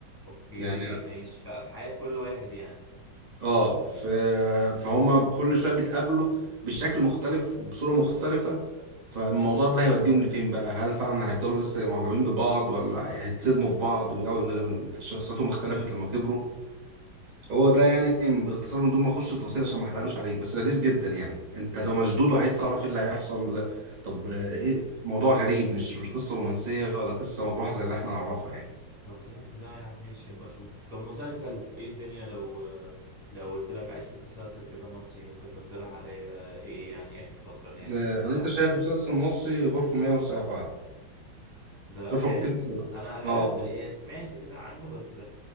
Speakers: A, in the centre; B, on the right.
A: اوكي
B: يعني
A: ماشي ف- في حياة كل واحد يعني
B: اه ف... فهم كل شوية بيتقابلوا بشكل مختلف وبصورة مختلفة فالموضوع ده هيوديهم لفين بقى هل فعلا هيفضلوا لسه معجبين ببعض ولا هيتصدموا في بعض ولو إن شخصياتهم اختلفت لما كبروا هو ده يعني باختصار من دون ما اخش في تفاصيل عشان ما احرقوش عليك بس لذيذ جدا يعني انت هتبقى مشدود وعايز تعرف ايه اللي هيحصل لا. طب
A: امم
B: آه، ايه موضوع غريب مش قصة رومانسية ولا قصة مجروحة زي اللي احنا نعرفها يعني
A: طب جامد لا يا عم ماشي ابقى اشوف طب مسلسل ايه الدنيا لو لو قلت لك عايز اشوف مسلسل كده مصري ممكن تقترح عليا ايه يعني اخر فترة نازل
B: آه،
A: بتاع
B: انا لسه شايف مسلسل مصري غرفة 107
A: ده
B: غرفة
A: حلو
B: 207
A: انا غالبا
B: اه
A: س- يعني سمعت كده عنه بس